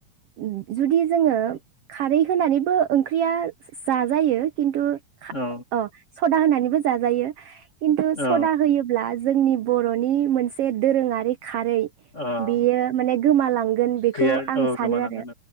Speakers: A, on the right (about 75°); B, on the left (about 30°).
A: उम जुदि जोङो खारै होनानै बो ओंख्रिया जाजायो खुनथु खा
B: औ
A: अ' सदा होनानैबो जाजायो । किन्थु
B: औ
A: सदा होयोब्ला जोंनि बर'नि मोनसे दोरोङारि खारै
B: अ
A: बेयो माने गोमालां गोन बेखौ
B: गैया
A: आं
B: औ
A: सानो
B: गोमालांगोन
A: आरो